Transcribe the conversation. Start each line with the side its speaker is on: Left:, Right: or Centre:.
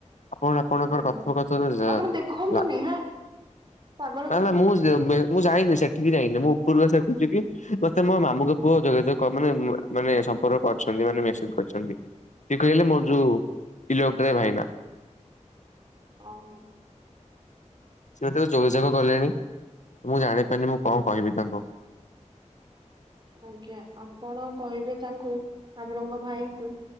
Left: ଆପଣ ଆପଣଙ୍କର
Right: ଆଜ୍ଞା
Left: କଥକଥନ ଜା
Right: ଆପଣ ଦେଖନ୍ତୁନି
Left: ଲା
Right: ହେ ପାଗଳ
Left: ନାଁ
Right: କି
Left: ନାଁ ମୁଁ ଯେ ବେ ମୁଁ ଯାଇନି ସେଠିକି ଯାଇନି ମୁଁ ଉପୁରୁ ଆସେ ବୁଲିକି। ମତେ ମୋ ମାମୁଁଙ୍କ ପୁଅ ଯୋଗାଯୋଗ କ ମାନେ ମାନେ ସମ୍ପର୍କ କରିଛନ୍ତି ମାନେ ମେସେଜ୍ କରିଛନ୍ତି। କିଏ କହିଲେ ମୋର ଯୋଉ ପିଲଉକଟେରା ଭାଇନା।
Right: ଓହୋ।
Left: ସିଏ ମତେ ଅ ଯୋଗାଯୋଗ କଲେଣି ମୁଁ ଜାଣିପାରିନି ମୁଁ କଁ କହିବି ତାଙ୍କୁ।
Right: ଆଜ୍ଞା ଆପଣ କହିବେ ତାଙ୍କୁ ଆପଣଙ୍କ ଭାଇଙ୍କୁ